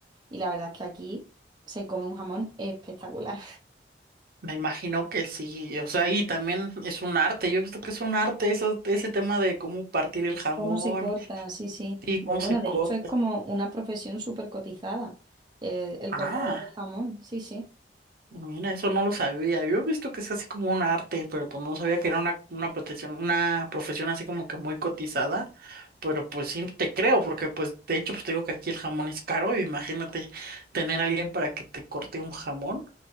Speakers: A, on the right; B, on the right.
A: y la verdad es que aquí se come un jamón espectacular.
B: me imagino que sí, o sea, y también es un arte, yo he visto que es un arte eso, ese tema de cómo partir el jamón
A: ¿Cómo se corta? Sí, sí.
B: y
A: De-
B: cómo
A: bueno,
B: se
A: de
B: corta.
A: hecho es como una profesión súper cotizada, eh, el
B: Ah.
A: cortador de jamón, sí, sí.
B: Mira, eso no lo sabía. Yo he visto que es así como un arte, pero pues no sabía que era una, una protección, una profesión así como que muy cotizada. Pero pues sí te creo, porque pues de hecho pues te digo que aquí el jamón es caro, y imagínate tener a alguien para que te corte un jamón.